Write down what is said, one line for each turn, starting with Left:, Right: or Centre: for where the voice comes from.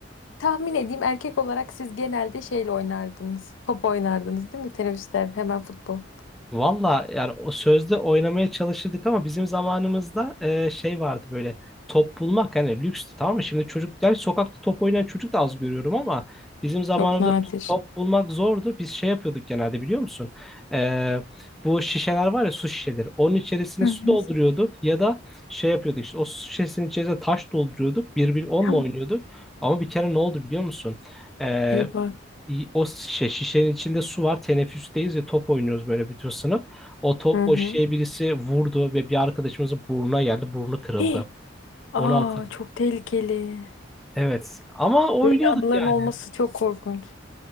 Left: Tahmin edeyim erkek olarak siz genelde şeyle oynardınız. Top oynardınız değil mi? Teneffüslerde hemen futbol.
Centre: Valla yani o sözde oynamaya çalışırdık ama bizim zamanımızda e, şey vardı böyle top bulmak hani lükstü tamam mı? Şimdi çocuklar sokakta top oynayan çocuk da az görüyorum ama bizim zamanımızda
Left: Çok nadir.
Centre: top bulmak zordu. Biz şey yapıyorduk genelde biliyor musun? E, bu şişeler var ya su şişeleri. Onun içerisine
Left: Hı
Centre: su
Left: hı.
Centre: dolduruyorduk ya da şey yapıyorduk işte o su şişesinin içerisine taş dolduruyorduk. Bir bir onunla
Left: Tamam.
Centre: oynuyorduk. Ama bir kere ne oldu biliyor musun? E,
Left: Eyvah.
Centre: i- o şişe, şişenin içinde su var. Teneffüsteyiz ya top oynuyoruz böyle bütün sınıf. O top,
Left: Hı hı.
Centre: o şişeye birisi vurdu ve bir arkadaşımızın burnuna geldi. Burnu kırıldı.
Left: <gasps> Hih! Aa
Centre: Onu hatırlıyorum.
Left: çok tehlikeli.
Centre: Evet ama oynuyorduk
Left: Böyle anıların
Centre: yani.
Left: olması çok korkunç.